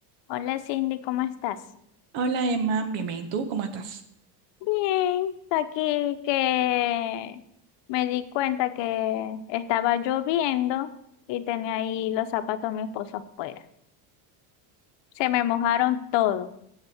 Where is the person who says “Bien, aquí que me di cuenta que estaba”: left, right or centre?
Left